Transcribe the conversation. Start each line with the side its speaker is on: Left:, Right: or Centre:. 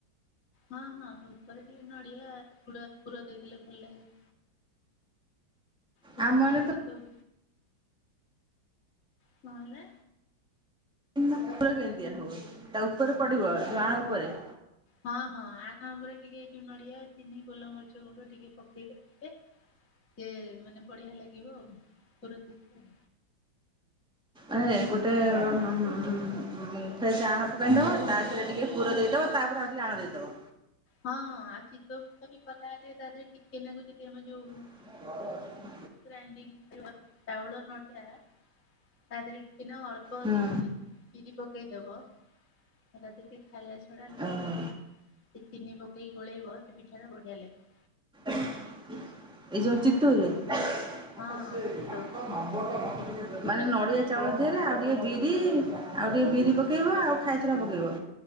Left: ହଁ ହଁ। ଉପରେ ଟିକେ ନଡିଆ ପୁର, ପୁର ଦେଇଦେଲେ ଭଲ ଲାଗେ। ସେଇ
Centre: ଆମ ମାନେ ତ
Left: ଚିତଉ। କଣ ହେଲା?
Centre: ଇନ ର କେମିତିଆ ହୁଏ। ତା ଉପରେ ପଡିବ ଏ ଯୋଉ ଆଣ ଉପରେ।
Left: ହଁ, ହଁ। ଆଣ ଉପରେ ଟିକେ ଏ ନଡିଆ, ଚିନି, ଗୋଲମରି ଚ, ଗୁଣ୍ଡ ଟିକେ ପକେଇେ ଦେଲେ, ସେ ମାନେ ବଢିଆ ଲାଗିବ ଆଉ। ଦେଇକି ଆଉ
Centre: ଏ ଗୋଟେ ଫେ ସେ ଆଣ ପକାଇଦବ, ତା ଦେହରେ ଟିକେ ପୁର ଦେଇଦବ ତାପରେ, ଆଉ ଟିକେ ଆଣ ଦେଇଦବ।
Left: ହଁ ଆଉ ଚିତୋଉ ପିଠା ବି କରାହେଲେ ତା ଦେହରେ ଟିକେ ନାଗୁ ଯଦି ଆମର ଯୋଉ
Centre: ହ
Left: ଗ୍ରାଇଣ୍ଡଡିଂ <inaudible> ଚାଉଳ ନଡିଆ ତା ଦେହରେ ଟିକେ ନାକୁ ଅଳ୍ପ
Centre: ହୁଁ।
Left: ଦି ତିନି ବିରି ପକେଇ ଦବ ଆଉ ତା ଦେହରେ ଟିକେ ଖାଇବା ଶୋଡା ଲୁଣ
Centre: ଓହୋ
Left: ପକେଇ ଚିନି ପକେଇ ଗୋଳେଇବ ସେ ପିଠାଟା ବଢିଆ ଲାଗେ।
Centre: ଏଇ ଯୋଉ ଚିତୋଉରେ? ମାନେ
Left: ହଁ ହଁ ଚିତଉ ଚିତଉ ପିଠା
Centre: ନଡିଆ
Left: ପ୍ରାୟ
Centre: ଚାଉଳ
Left: ଲୋକ
Centre: ଦେହରେ ଆଉ ଟିକେ ବିରି ଆଉ ଟିକେ ବିରି ପକେଇବ ଆଉ ଖାଇବା ଶୋଡା଼ ପକେଇବ?